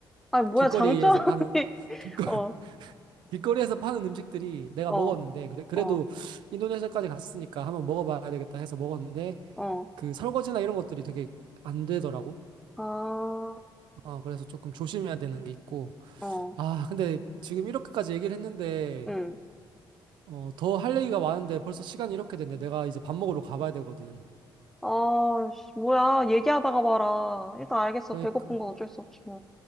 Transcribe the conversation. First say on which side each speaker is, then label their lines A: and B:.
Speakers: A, in the centre; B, on the right.
A: 아니, 뭐야,
B: 길거리에서
A: 장점이. <laughs>
B: 파는 길거 <laughs>
A: 어,
B: 길거리에서 파는 음식들이 내가
A: 어,
B: 먹었는데 그래, 그래도
A: 어,
B: 인도네시아까지 갔으니까 한번 먹어봐야 되겠다 해서 먹었는데
A: 어,
B: 그 설거지나 이런 것들이 되게 안 되더라고.
A: 아,
B: 어, 그래서 조금 조심해야 되는 게 있고.
A: 어,
B: 아, 근데 지금 이렇게까지 얘기를 했는데
A: 응.
B: 어, 더 할 얘기가 많은데 벌써 시간이 이렇게 됐네. 내가 이제 밥 먹으러 가봐야 되거든.
A: 아, 씨, 뭐야. 얘기하다가 봐라. 일단 알겠어.
B: 그러니까
A: 배고픈 건 어쩔 수 없지, 뭐.